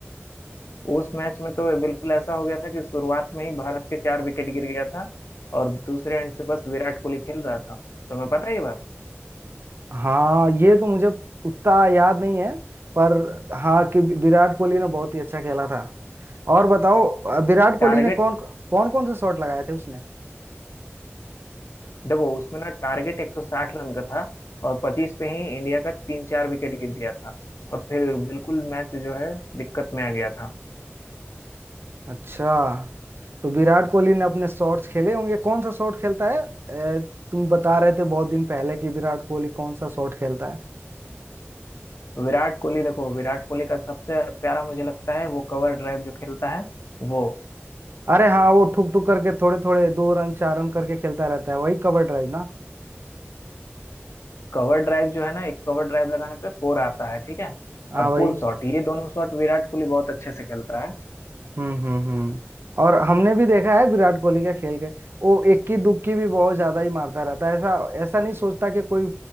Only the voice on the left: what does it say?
उस मैच में तो बिल्कुल ऐसा हो गया था कि शुरुआत में ही भारत के चार विकेट गिर गया था और दूसरे एंड से बस विराट कोहली खेल रहा था तुम्हें पता है ये बात
टारगेट
देखो उसमें ना टारगेट 160 रन का था और 25 पे ही इंडिया का तीन चार विकेट गिर गया था और फिर बिल्कुल मैच जो है दिक्कत में आ गया था
विराट कोहली देखो विराट कोहली का सबसे प्यारा मुझे लगता है वो कवर ड्राइव जो खेलता है वो
कवर ड्राइव जो है ना एक कवर ड्राइव लगाने पे फोर आता है ठीक है
और
पुल शॉट ये दोनों शॉट विराट कोहली बहुत अच्छे से खेलता है